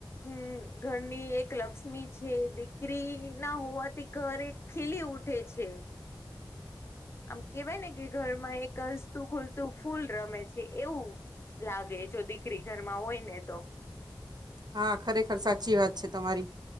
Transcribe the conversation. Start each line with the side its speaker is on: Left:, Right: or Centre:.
Left: હમ્મ ઘરની એક લક્ષ્મી છે દીકરી ના હોવાથી ઘર એક ખીલી ઉઠે છે. આમ કેવાય ને કે ઘરમાં એક કસતું ખૂલતું ફૂલ રમે છે એવું લાગે જો દીકરી ઘરમાં હોય ને તો.
Right: હા ખરેખર સાચી વાત છે તમારી.